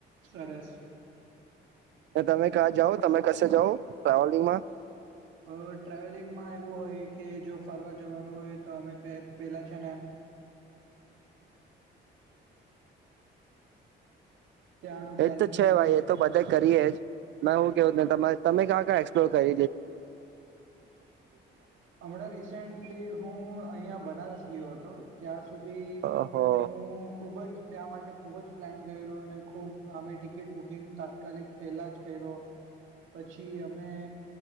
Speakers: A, on the right; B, on the right.
A: સરસ.
B: અને તમે ક્યાં જાઓ તમે કશે જાઓ ટ્રાવેલિંગમાં?
A: અ ટ્રાવેલિંગમાં એવું હોય કે જો ફરવા જવાનું હોય તો અમે પે પેલા છે ને ત્યાંનું પ્લાનિંગ
B: એજ તો છે
A: કરીએ
B: ભાઈ એ તો બધે કરીએ જ મે હું રોજ ના તમે ક્યા ક એક્સપ્લોર કર
A: હમણાં રિસેન્ટલી હું અહિયાં બનારસ ગયો હતો ત્યાં સુ સુધી
B: ઓહો
A: હું ખૂબ જ ત્યાં માટે ખૂબ જ પ્લાન કર્યો અને ખૂબ અમે ટિકિટ બુકિંગ તાત્કાલિક પહેલાં જ કર્યો. પછી અમે